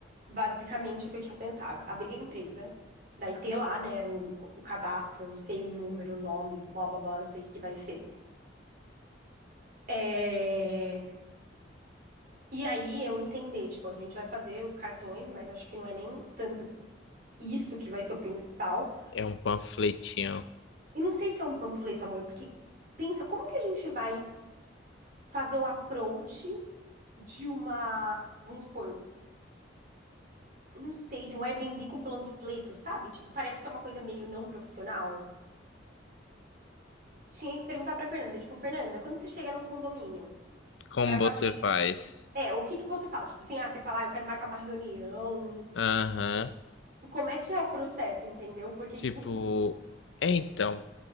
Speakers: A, on the right (about 50°); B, on the left (about 85°).
A: basicamente, o que eu tinha pensado, abrir a empresa, daí ter lá, né, o, o cadastro, não sei o número, o nome, blá blá blá, não sei o que que vai ser. É, E aí eu entender, tipo, a gente vai fazer os cartões, mas acho que não é nem tanto isso que vai ser o principal.
B: É um panfletinho.
A: E não sei se é um panfleto, amor, porque pensa, como que a gente vai fazer um approach de uma, vamos supor, não sei, de um Airbnb com panfleto, sabe? Tipo, parece que é uma coisa meio não profissional. Tinha que perguntar pra Fernanda, tipo, Fernanda, quando você chega num condomínio
B: Como
A: pra fazer,
B: você faz?
A: é, o que que você fala? Tipo assim, ah, você fala, ah, eu quero marcar uma reunião.
B: Aham.
A: Tipo, Como é que é o processo, entendeu? Porque,
B: Tipo,
A: tipo,
B: é então.